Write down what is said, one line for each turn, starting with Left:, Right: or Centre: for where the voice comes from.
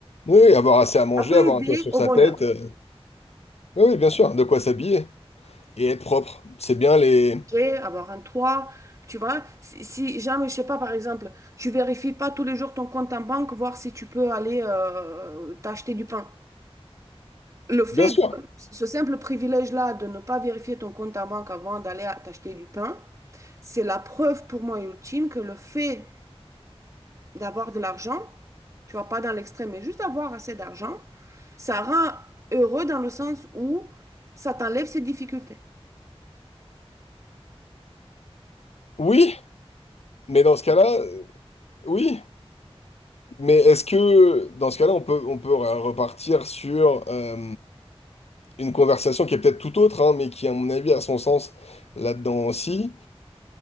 Left: oui, oui, avoir assez à manger,
Right: ça peut
Left: avoir
Right: aider
Left: un toit sur
Right: au
Left: sa
Right: bonheur.
Left: tête, euh, oui, oui, bien sûr, de quoi s'habiller et être propre, c'est bien les...
Right: manger, avoir un toit, tu vois. Si, si jamais, je sais pas, par exemple, tu vérifies pas tous les jours ton compte en banque, voir si tu peux aller euh, t'acheter du pain. Le fait
Left: Bien sûr,
Right: de ce simple privilège-là de ne pas vérifier ton compte en banque avant d'aller à- t'acheter du pain, c'est la preuve pour moi ultime que le fait d'avoir de l'argent, tu vois, pas dans l'extrême, mais juste avoir assez d'argent, ça rend heureux dans le sens où ça t'enlève ses difficultés.
Left: oui, mais dans ce cas-là, euh, oui, mais est-ce que dans ce cas-là, on peut, on peut re- repartir sur euh, une conversation qui est peut-être tout autre, hein, mais qui, à mon avis, a son sens là-dedans aussi.